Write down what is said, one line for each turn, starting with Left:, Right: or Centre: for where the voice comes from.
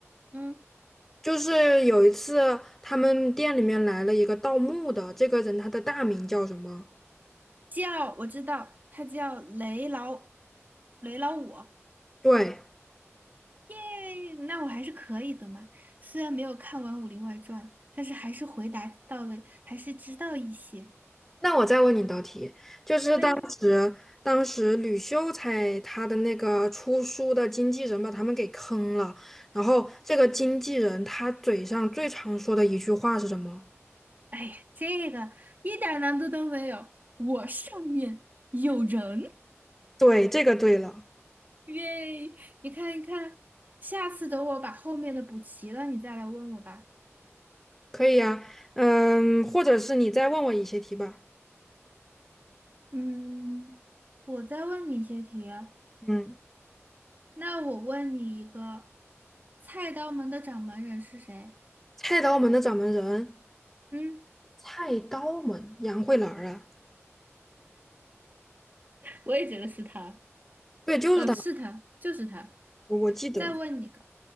Right: 嗯，
Centre: 就是有一次他们店里面来了一个盗墓的，这个人他的大名叫什么？
Right: 叫我知道，他叫雷老雷老五，
Centre: 对。
Right: 耶，那我还是可以的嘛。虽然没有看完《武林外传》，但是还是回答到了，还是知道一些。
Centre: 那我再问你一道题，就是当时当时吕秀才他的那个出书的经纪人把他们给坑了，
Right: 可以啊
Centre: 然后这个经纪人他嘴上最常说的一句话是什么？
Right: 哎呀，这个一点儿难度都没有，我上面有人，
Centre: 对，这个对了，
Right: 耶！你看一看，下次等我把后面的补齐了，你再来问我吧。
Centre: 可以呀，嗯，或者是你再问我一些题吧。
Right: 嗯，我再问你一些题啊
Centre: 嗯，
Right: 那我问你一个，菜刀门的掌门人是谁？
Centre: 菜刀门的掌门人，
Right: 嗯，
Centre: 菜刀门杨慧兰儿啊，
Right: 我也觉得是他。
Centre: 对，就是他，
Right: 呃，是他，就是他。
Centre: 我我记得，
Right: 再问你个，